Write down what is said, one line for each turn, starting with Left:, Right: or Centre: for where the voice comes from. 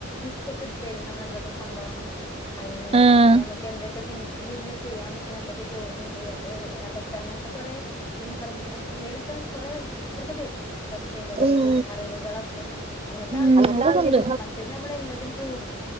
Left: ലിസ്റ്റ്ഒക്കെ നമ്മൾ എ ന്തെക്കെ കൊണ്ടോകണം അങ്ങനെയുള്ളത്
Right: ആ
Left: പിന്നെ നമുക്ക് എന്തൊക്കെ വീട്ടിലിരുന്ന് ചെയ്യാൻ പറ്റ്ണഎന്തൊക്കെ ജോലിഉ ഇ അപ്പൊ ഐ അതൊക്കെ അങ്ങനത്തെകൊറെ ഇൻഫർമ എന്തെലുമൊക്കെ. കൊറെ ഇതൊക്കെ തരും കുറച്ച് എന്താ പറയാ
Right: ഉം
Left: അറിവുകളൊക്കെ. അങ്ങനത്തെ
Right: ഉം
Left: ആവശ്യങ്ങൾക്കൊന്നും
Right: അതൊക്കെണ്ട്
Left: മറ്റന്ന് നമ്മൾ എല്ലതുംപോകും.